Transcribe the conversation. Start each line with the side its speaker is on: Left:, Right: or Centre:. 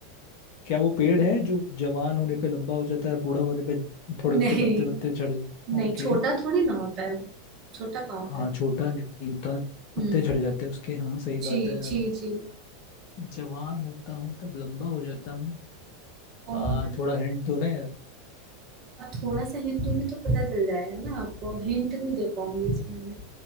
Left: क्या वो पेड़ है जो जवान होने पे लंबा हो जाता है बूढ़ा होने पे थोड़े उसके
Right: नहीं
Left: पत्ते वत्ते झड़
Right: नहीं
Left: ओके
Right: छोटा थोड़ी ना होता है वो छोटा कहाँ होता
Left: हाँ
Right: है
Left: छोटा नहीं होता
Right: हम्म
Left: पत्ते झड़ जाते हैं उसके हाँ सही बात
Right: जी
Left: है
Right: जी जी
Left: जवान होता हूँ तब लंबा हो जाता हूँ
Right: और
Left: आ थोड़ा हिंट दो ना यार
Right: आप थोड़ा सा हिंट दूंगी तो पता चल जाएगा ना आपको हिंट नहीं दे पाऊंगी इसमें